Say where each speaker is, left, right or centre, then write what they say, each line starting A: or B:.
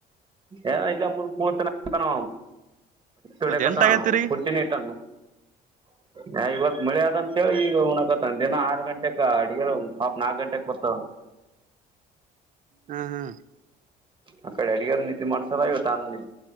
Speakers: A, on the right; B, on the right.
A: ಏ ಇಗ ಮು ಪೂರ್ತನತನ ಒಡತನ
B: ಮತ್ ಎಂಟ ಆಗತಿರಿ
A: ಪುತಿನ ಇಟ್ಟ ಹ ಇವತ್ ಮಳೆ ಅದಂತ ಹೇಳಿ ಈಗ ಉಣಕತ್ತ ದಿನ ಆರು ಗಂಟೆಕ್ ಅಡಗೆ ಹಾಪ್ ನಾಕ ಗಂಟೆಗೆ ಕೊೊತ್ತ
B: ಹಾ ಹಾ
A: ಆ ಕಡೆ ಅಡಗಾರ ನಿಿದ್ದ ಮಾಡ್ಸಲ ಇವತ್ತುಾನ ನಿ